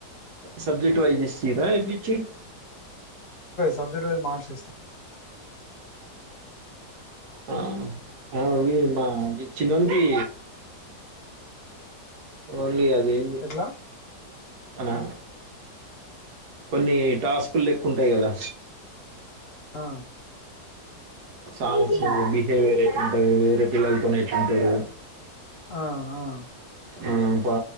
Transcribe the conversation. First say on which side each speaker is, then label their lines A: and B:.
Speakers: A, on the right; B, on the left.
A: సబ్జెక్ట్ వైజ్ ఇస్థిర ఇచ్చి
B: సబ్జెట్ వైజ్ మార్ట్స్ ఇస్తారు
A: ఆ ఆ వి మా చిన్నోడికి ఓన్లీ అది దే
B: ఎట్లా
A: ల కొన్ని టాస్కులు లెక్కూ ఉంటాయి కదా
B: ఆ
A: సాంగ్స్
B: ఆ
A: బిహేవియర్ ఎట్ ఉంటది వేరే పిల్లలతోనే ఎట్ ఉంటాడు
B: ఆ ఆ సక్సెస్
A: హ్మ్ బా